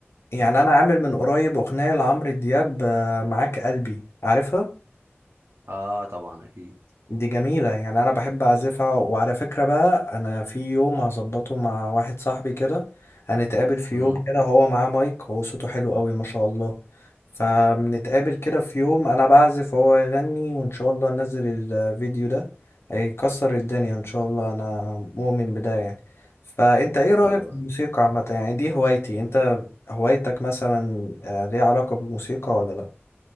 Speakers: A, on the left (about 65°); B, on the right (about 60°).
A: يعني انا عامل من قريب اغنيه لعمرو دياب آه، معاك قلبي عارفها
B: <laughs> اه طبعا اكيد
A: دي جميلة يعني أنا بحب أعزفها وعلى فكرة بقى أنا في يوم هظبطه مع واحد صاحبي كده هنتقابل في
B: امم
A: يوم كده هو معاه مايك هو صوته حلو قوي ما شاء الله فبنتقابل كده في يوم أنا بعزف وهو يغني وإن شاء الله ننزل الفيديو ده هيكسر الدنيا إن شاء الله أنا مؤمن بده يعني فأنت إيه رأيك
B: طبعا
A: في الموسيقى عامة يعني دي هوايتي أنت هوايتك مثلا آه، ليها علاقة بالموسيقى ولا لأ؟